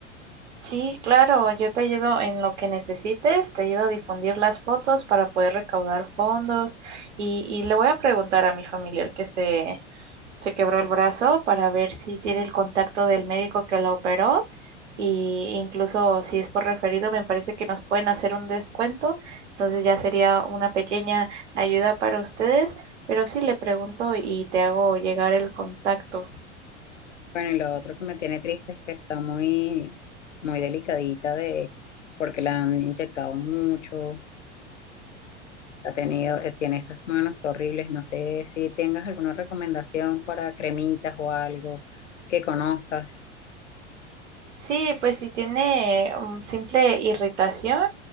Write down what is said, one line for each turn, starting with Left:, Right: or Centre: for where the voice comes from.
Right: Sí, claro, yo te ayudo en lo que necesites, te ayudo a difundir las fotos para poder recaudar fondos y, y le voy a preguntar a mi familiar que se, se quebró el brazo para ver si tiene el contacto del médico que la operó Y incluso si es por referido, me parece que nos pueden hacer un descuento. Entonces ya sería una pequeña ayuda para ustedes. Pero sí le pregunto y te hago llegar el contacto.
Left: Bueno, y lo otro que me tiene triste es que está muy, muy delicadita de, porque la han inyectado mucho, ha tenido, eh, tiene esas manos horribles. No sé si tengas alguna recomendación para cremitas o algo que conozcas.
Right: Sí, pues si tiene um, simple irritación,